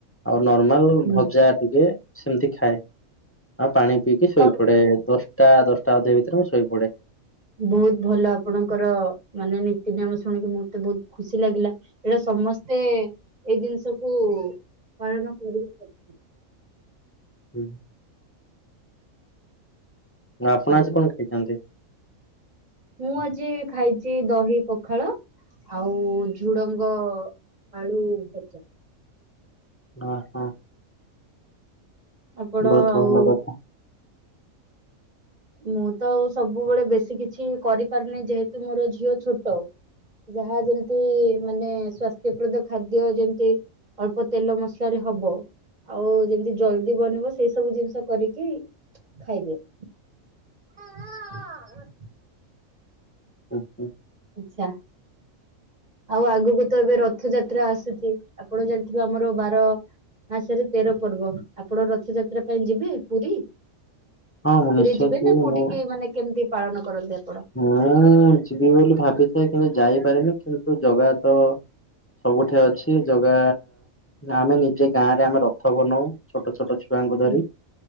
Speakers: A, on the left; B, on the right.
A: ଆଉ ନର୍ମାଲ
B: ହୁଁ
A: ଭଜା ଟିକେ ସେମତି ଖାଏ ଆଉ ପାଣି ପିଇକି ଶୋଇପଡ଼େ
B: ଅ
A: ଦଶ୍ ଟା ଦଶଟା ଅଧେ ଭିତରେ ମୁଁ ଶୋଇ ପଡ଼େ।
B: ବୋହୁତ ଭଲ ଆପଣଙ୍କର ମାନେ ନୀତି ନିୟମ ଶୁଣିକି ମତେ ବୋହୁତ ଖୁସି ଲାଗିଲା। ଏଟା ସମସ୍ତେ ଏଇ ଜିନିଷକୁ ପାଳନ କରିକି ସବୁ
A: <unintelligible> ଆପଣ
B: ହଉ
A: ଆଜି କଣ ଖାଇଚନ୍ତି?
B: ମୁଁ ଆଜି ଖାଇଚି ଦହି ପଖାଳ ଆଉ ଝୁଡଙ୍ଗ ଆଳୁ ଭଜା।
A: ଅ ହଁ।
B: ଆପଣ
A: ବହୁତ
B: ଆଉ
A: ଭଲ କଥା
B: ମୁଁ ତ ଆଉ ସବୁବେଳେ ବେଶୀ କିଛି କରିପାରୁନି ଯେହେତୁ ମୋର ଝିଅ ଛୋଟ ଯାହା ଯେମିତି ମାନେ ସ୍ଵାସ୍ଥ୍ୟପ୍ରଦ ଖାଦ୍ୟ ଯେମତି ଅଳ୍ପ ତେଲ ମସଲାରେ ହବ ଆଉ ଯେମିତି ଜଲଦି ବନିବ ସେଇ ସବୁ ଜିନିଷ କରିକି ଖାଇଦିଅ। <unintelligible>
A: ହୁଁ-ହୁଁ।
B: ଆଚ୍ଛା। ଆଉ ଆଗକୁ ତ ଏବେ ରଥଯାତ୍ରା ଆସୁଚି, ଆପଣ ଜାଣିଥିବେ ଆମର ବାର ମାସରେ ତେର ପର୍ବ, ଆପଣ ରଥଯାତ୍ରା ପାଇଁ ଯିବେ ପୁରୀ?
A: ହଁ ମୁଁ ନିଶ୍ଚୟ
B: ପୁରୀ ଯିବେ
A: ଯିବି
B: ନା କୋଉଠିକି
A: ମୁଁ
B: ମାନେ କେମିତି ପାଳନ କରନ୍ତି ଆପଣ?
A: ମୁଁ ଯିବି ବୋଲି ଭାବିଥାଏ କିନ୍ତୁ ଯାଇପାରେନି କିନ୍ତୁ ଜଗା ତ ସବୁଠି ଅଛି ଜଗା ଆମେ ନିଜେ ଗାଁ ରେ ଆମେ ରଥ ବନଉ ଛୋଟ-ଛୋଟ ଛୁ ଙ୍କୁ ଧରି
B: ହୁଁ